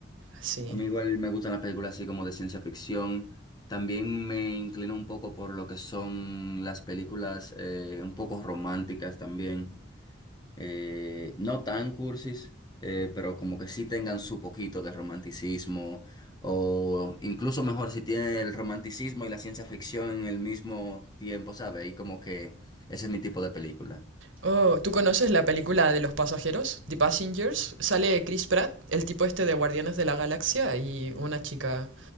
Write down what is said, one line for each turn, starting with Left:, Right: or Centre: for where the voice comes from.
Right: Sí.
Left: A mí igual me gustan las películas así como de ciencia ficción. También me inclino un poco por lo que son las películas eh, un poco románticas también. eh, no tan cursis, eh, pero como que sí tengan su poquito de romanticismo, o incluso mejor si tiene el romanticismo y la ciencia ficción en el mismo tiempo, ¿sabe? Y como que ese es mi tipo de película.
Right: Oh, ¿tú conoces la película de los pasajeros, The Passengers? Sale Chris Pratt, el tipo este de Guardianes de la Galaxia, y una chica